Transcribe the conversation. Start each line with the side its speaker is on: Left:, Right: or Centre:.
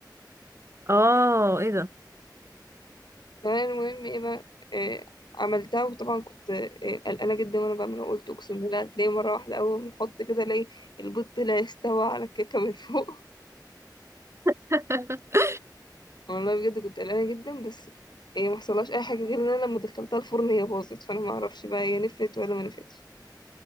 Right: اه ايه ده
Left: تمام المهم ايه بقى إيه عملتها وطبعا كنت إيه قلقانه جدا وانا بعملها وقلت اقسم بالله هتلاقي مره واحده اول ما احط كده الاقي البوت لا يستوى على الكيكه من فوق
Right: <laughs>
Left: <laughs> والله بجد كنت قلقانه جدا بس ايه ما حصلهاش اي حاجه غير ان انا لما دخلتها الفرن هي باظت فانا ما اعرفش بقى هي نفت ولا ما نفتش